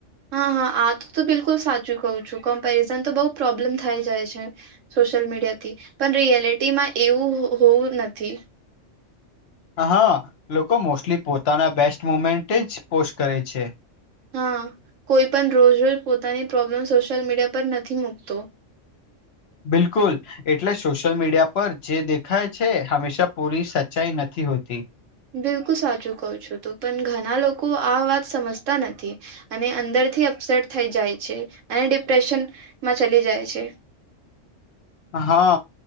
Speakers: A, on the right; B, on the left.
A: હા હા આ તો તો બિલકુલ સાચું કવું છું કમ્પેરિઝન તો બઉુ પ્રોબ્લેમ થઈ જાય છે સોશિયલ મીડિયા થી પણ રિયાલિટીમાં એવું હોવું નથી
B: હા લોકો મોસ્ટલી પોતાના બેસ્ટ મુમેન્ટ જ પોસ્ટ કરે છે
A: હા કોઈ પણ રોજ રોજ પોતાની પ્રોબ્લેમ સોશિયલ મીડિયા પર નથી મૂકતો
B: બિલકુલ એટલે સોશિયલ મીડિયા પર જે દેખાય છે હંમેશા પૂરી સચ્ચાઈ નથી હોતી
A: બિલકુલ સાચું કું છું તોું પણ ઘણા લોકો આ વાત સમજતા નથી અને અંદરથી અપસેટ થઈ જાય છે અને ડિપ્રેશનમાં ચલી જાય છે
B: હા